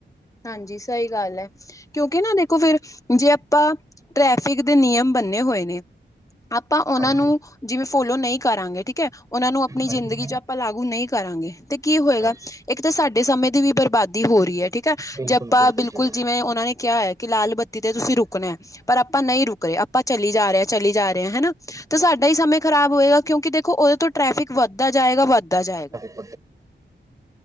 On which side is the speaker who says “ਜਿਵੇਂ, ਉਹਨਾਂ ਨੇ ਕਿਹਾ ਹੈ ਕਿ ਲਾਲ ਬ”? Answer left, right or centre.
Left